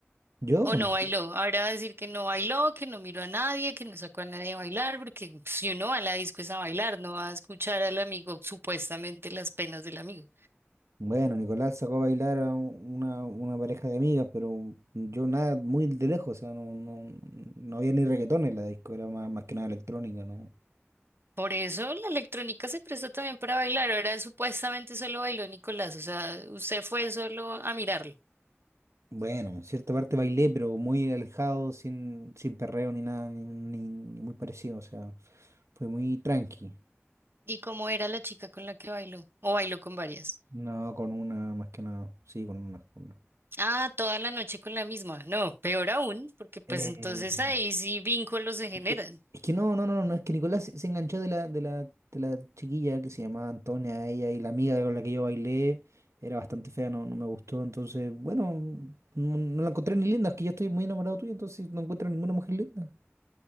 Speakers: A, on the right (about 85°); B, on the right (about 55°).
A: Yo,
B: ¿O
A: bueno.
B: no bailó? Ahora va a decir que no bailó, que no miró a nadie, que no sacó a nadie a bailar, porque pues, si uno va a la disco es a bailar, no va a escuchar al amigo, supuestamente las penas del amigo.
A: Bueno, Nicolás sacó a bailar a un- una, una pareja de amigas, pero yo nada, muy de lejos, o sea, no, no, no había ni reggaetón en la disco, era más, más que nada electrónica, ¿no?
B: Por eso la electrónica se prestó también para bailar. Ahora supuestamente solo bailó Nicolás, o sea, usted fue solo a mirarlo.
A: Bueno, en cierta parte bailé, pero muy alejado, sin, sin perreo ni nada, ni, ni- ni muy parecido, o sea, fue muy tranqui.
B: ¿Y cómo era la chica con la que bailó? ¿O bailó con varias?
A: No, con una, más que nada, sí, con una. Con una.
B: Ah, toda la noche con la misma. No, peor aún, porque pues
A: Eh,
B: entonces ahí sí vínculos se generan.
A: Es que, es que no, no, no, no, es que Nicolás se, se enganchó de la, de la, de la chiquilla que se llamaba Antonia, ella y la amiga con la que yo bailé era bastante fea, no, no me gustó, entonces, bueno, no, no la encontré ni linda, es que yo estoy muy enamorado tuyo, entonces no encuentro ninguna mujer linda.